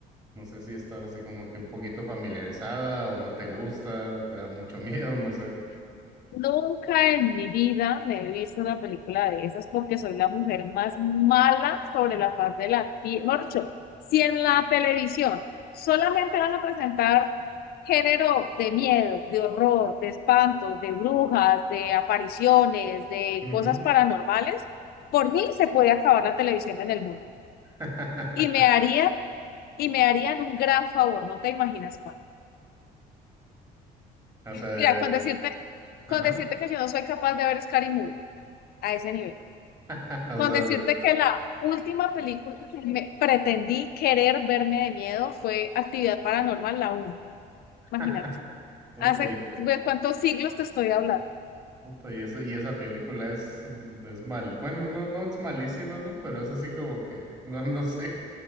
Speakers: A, on the right (about 20°); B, on the left (about 65°).
A: No sé si estás así como que un poquito familiarizada o no te gusta, te da mucho <laughs> miedo, no sé.
B: Nunca en mi vida me he visto una película de esas porque soy la mujer más mala sobre la faz de la tierra. Morcho, si en la televisión solamente van a presentar género de miedo, de horror, de espantos, de brujas, de apariciones, de
A: Ujú.
B: cosas paranormales, por mí se puede acabar la televisión en el mundo.
A: <laughs>
B: Y me harían, y me harían un gran favor, no te imaginas cuál.
A: O sea, de,
B: Mira, con
A: de-
B: decirte, con
A: ajá.
B: decirte que yo no soy capaz de ver Scary Movie a ese nivel.
A: <laughs> O
B: Con
A: sea,
B: decirte
A: de-
B: que la última película que me pretendí querer verme de miedo fue Actividad Paranormal, la uno,
A: <laughs>
B: Imagínate.
A: puta
B: Hace
A: y,
B: de cuántos siglos te estoy hablando.
A: puta y eso, y esa película es, mm, es mal. Bueno, no, no es malísima, ¿no? Pero es así como que, <laughs> no, no sé.